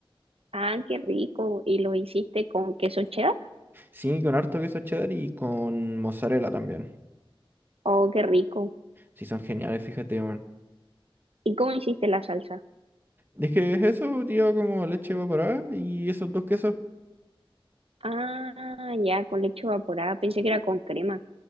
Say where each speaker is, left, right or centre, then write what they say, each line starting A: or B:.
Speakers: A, on the right; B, on the right.
A: Ah, qué rico. ¿Y lo hiciste con queso cheddar?
B: Sí, con harto queso cheddar y con mozzarella también.
A: Oh, qué rico.
B: Sí, son geniales, fíjate, man.
A: ¿Y cómo hiciste la salsa?
B: Es que es eso, tío, como leche evaporada y esos dos quesos.
A: Ah, ya, con leche evaporada. Pensé que era con crema.